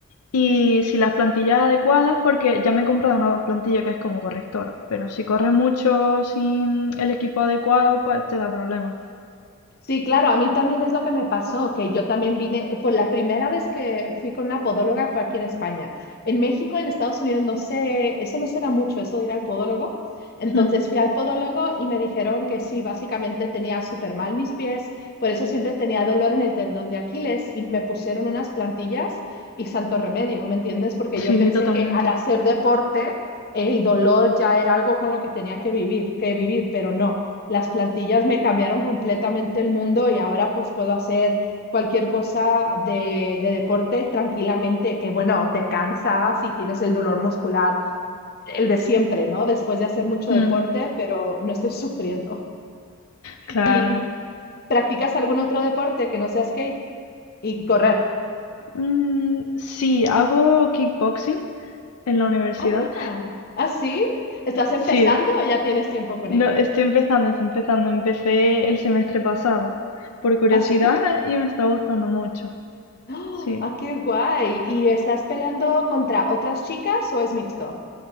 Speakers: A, on the left; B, on the left.
A: y si las plantillas adecuadas, porque ya me he comprado una plantilla que es como correctora, pero si corres mucho sin el equipo adecuado, pues te da problemas.
B: Sí, claro, a mí también es lo que me pasó, que yo también vine, por la primera vez que fui con una podóloga fue aquí en España. En México, en Estados Unidos, no sé, eso no será mucho, eso de ir al podólogo. Entonces
A: Hmm,
B: fui al podólogo y me dijeron que sí, básicamente tenía súper mal mis pies, por eso siempre tenía dolor en el tendón de Aquiles y me pusieron unas plantillas y santo remedio, ¿me entiendes? Porque yo
A: Sí,
B: pensé
A: totalmente.
B: que al hacer deporte el dolor ya era algo con lo que tenía que vivir, que vivir, pero no las plantillas me cambiaron completamente el mundo y ahora pues puedo hacer cualquier cosa de, de deporte tranquilamente, que bueno, te cansas y tienes el dolor muscular, el de siempre, ¿no? Después de hacer mucho
A: Hmm,
B: deporte, pero no estoy <laughs> sufriendo.
A: Claro.
B: ¿Y practicas algún otro deporte que no sea skate y correr?
A: Mm, sí, hago kickboxing en la universidad.
B: Ah, mira, así. ¿Estás empezando
A: Sí,
B: o ya tienes tiempo con
A: no,
B: ello?
A: estoy empezando, estoy empezando. Empecé el semestre pasado, por curiosidad,
B: ¿Así?
A: y me está gustando mucho.
B: ¡Ah,
A: Sí,
B: sí? ¡Ah, qué guay! ¿Y estás peleando contra otras chicas o es mixto?